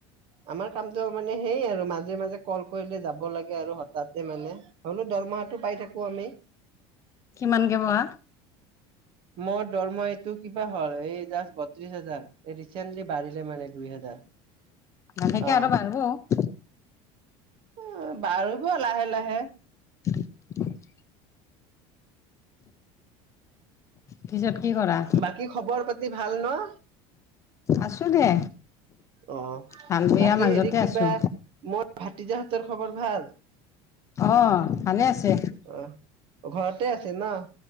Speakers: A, on the right; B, on the left.
A: আমাৰ কামটো মানে সেইয় আৰু মাজে - মাজে কল কৰিলে যাব লাগে আৰু হঠাতে মানে। হলো দৰমহাটো পাই থাকো আমি।
B: কিমানকে বোৱা
A: মোৰ দৰমহা এইটো কিবা হ'ল এই জাষ্ট বত্ৰিশ হাজাৰ। ৰিচেণ্টলি বাঢ়িলে মানে দুই হাজাৰ।
B: লাহেকে
A: অ
B: আৰু বাঢ়িব।
A: উম, বাৰব লাহে-লাহে।
B: <inaudible> পিছত কি কৰা
A: বাকী খবৰ পাতি ভাল ন?
B: আছো দে।
A: অ,
B: ভাল বেয়া
A: বাকী
B: মাজতে
A: হেৰি কিবা
B: আছো
A: মই ভাতিজাহঁতৰ খবৰ ভাল।
B: অ, ভালে আছে।
A: অ ঘৰতে আছে ন?